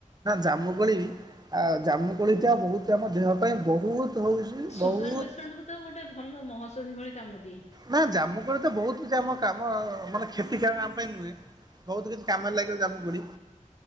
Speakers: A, on the right; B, on the left.
A: ଜାମୁକୋଳି ଆ ଜାମୁକୋଳି ଟା ବହୁତ ଆମ ଦେହ ପାଇଁ ବହୁତ ହଉଛି
B: ସୁଗାର
A: ବହୁତ
B: ପେସେଣ୍ଟ କୁ ତ ଗୋଟେ ଭଲ ମହୋଷଧି ଭଳି କାମ ଦିଏ।
A: ନା ଜାମୁ କୋଳି ତ ବହୁତ କିଛି କାମ ମାନେ କ୍ଷତିକାର କାମ ପାଇଁ ନୁହେଁ। ବହୁତ କିଛି କାମରେ ଲାଗିବ ଜାମୁକୋଳି।